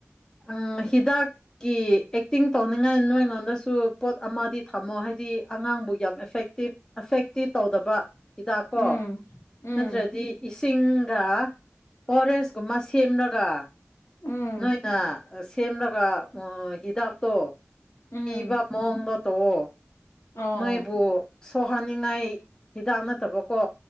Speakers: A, on the left; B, on the left.
A: ꯎꯝ ꯍꯤꯗꯥꯛ ꯒꯤ ꯑꯦꯛꯇꯤꯡ ꯇꯧꯅꯤꯡꯉꯥꯏ ꯅꯣꯏꯉꯣꯟꯗꯁꯨ ꯄꯣꯠ ꯑꯃꯗꯤ ꯊꯝꯃꯣ ꯍꯥꯏꯗꯤ ꯑꯉꯥꯡꯕꯨ ꯌꯥꯝ ꯑꯦꯐꯦꯛꯇꯤꯞ ꯑꯦꯐꯦꯛꯇꯤ ꯇꯧꯗꯕ ꯍꯤꯗꯥꯛ ꯀꯣ
B: ꯎꯝ ꯎꯝ
A: ꯅꯠꯇ꯭ꯔꯗꯤ ꯏꯁ ꯇꯤꯡꯒ ꯐꯣꯔꯦꯁꯀꯨꯝꯕ ꯁꯦꯝꯔꯒ
B: ꯎꯝ
A: ꯅꯣꯏꯅ ꯁꯦꯝꯂꯀ ꯍꯤꯗꯥꯛ ꯇꯣ
B: ꯎꯝ
A: ꯊꯤꯕꯥ <unintelligible> ꯇꯧꯑꯣ
B: ꯑꯣ
A: ꯃꯣꯏꯕꯨ ꯁꯣꯛꯍꯟꯅꯤꯡꯉꯥꯏ ꯍꯤꯗꯥꯛ ꯅꯠꯇꯕꯀꯣ